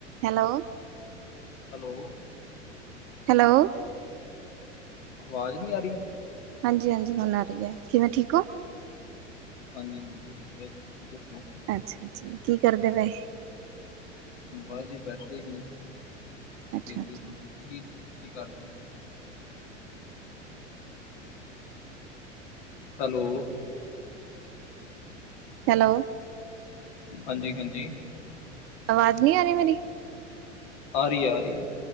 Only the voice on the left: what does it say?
hello
ਆਵਾਜ਼ ਨੀ ਆ ਰਈ
ਹਾਂਜੀ ਹਾਂਜੀ ਵਦੀਆ ਜੀ ਤੁਸੀਂ ਦੱਸੋ
ਬਸ ਜੀ ਬੈਠੇ ਹੀ ਸੀ
ਵੇਹਲੇ
ਸੀ ਕੀ ਕਰਦੇ ਹੈਲੋ
ਹਾਂਜੀ ਹਾਂਜੀ
ਆ ਰਈ ਏ ਆ ਰਈ ਏ